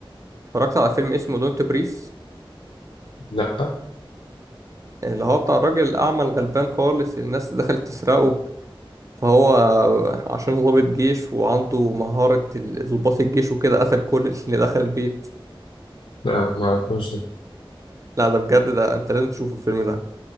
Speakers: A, on the right; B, on the left.
A: اتفرجت على فيلم اسمه دونت بريس
B: لأ
A: اللي هو بتاع الراجل الاعمى الغلبان خالص اللي الناس دخلت تسرقه فهو عشان ضابط جيش وعنده مهارة ال- ضباط الجيش وكده قتل كل اللي دخل البيت
B: لأ ما أعرفوش ده
A: لا ده بجد ده انت لازم تشوفه الفيلم ده